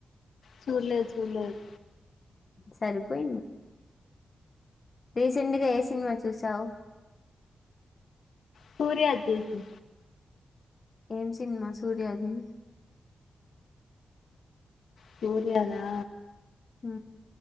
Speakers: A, on the left (about 70°); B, on the left (about 30°).
A: చూల్లేదు చూల్లేదు
B: సరిపోయింది రీసెంట్గా ఏ సినిమా చూసావు
A: సూర్యదుస్సు
B: ఏం సినిమా సూర్యది
A: సూర్యదా
B: హ